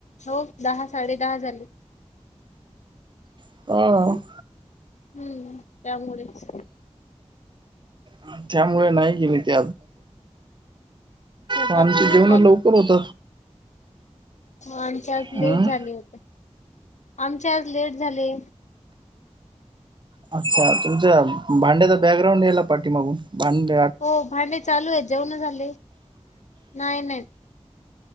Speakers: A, on the left; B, on the right.
A: हो दहा साडे दहा झाले.
B: हो.
A: हम्म त्यामुळेच.
B: आणि त्यामुळे नाही गेली ते
A: अच्छा, जातील
B: <unintelligible> आमच
A: ना
B: जेवण लवकर होत.
A: आमच्या आज लेट
B: हम्म
A: झाले होते‌. आमच्या आज लेट झाले.
B: अच्छा तुमच्या भांड्याचा बॅकग्राउंड पाठी मागून भांड
A: हो भांडे चालू आहेत जेवण झाले. नाही नाही.